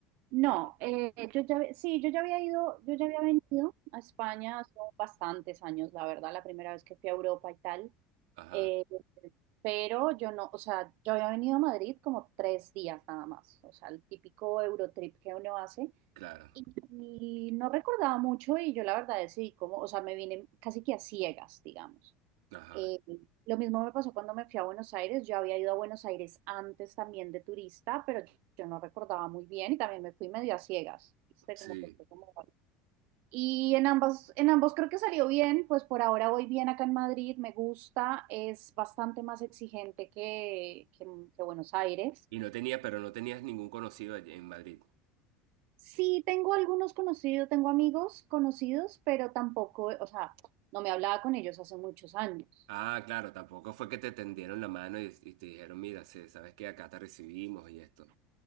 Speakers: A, on the right; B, on the right.
A: No, eh, yo ya, había- sí, yo ya había ido, yo ya había venido a España hace bastantes años, la verdad, la primera vez que fui a Europa y tal,
B: Ajá,
A: eh, pero yo no, o sea, yo había venido a Madrid como tres días nada más, o sea, el típico Eurotrip que uno hace,
B: claro,
A: y, y no recordaba mucho y yo la verdad decidí como, o sea, me vine casi que a ciegas, digamos.
B: ajá,
A: Eh, lo mismo me pasó cuando me fui a Buenos Aires. Yo había ido a Buenos Aires antes también de turista, pero yo no recordaba muy bien y también me fui medio a ciegas, ¿viste?
B: sí.
A: Como que fue como... Y en ambas, en ambos creo que salió bien, pues por ahora voy bien acá en Madrid, me gusta, es bastante más exigente que, que, que Buenos Aires.
B: Y no tenías, pero no tenías ningún conocido allí en Madrid.
A: Sí, tengo algunos conocidos, tengo amigos conocidos, pero tampoco, o sea, no me hablaba con ellos hace muchos años.
B: Ah, claro, tampoco fue que te tendieron la mano y, y te dijeron, mira, sí, sabes que acá te recibimos y esto.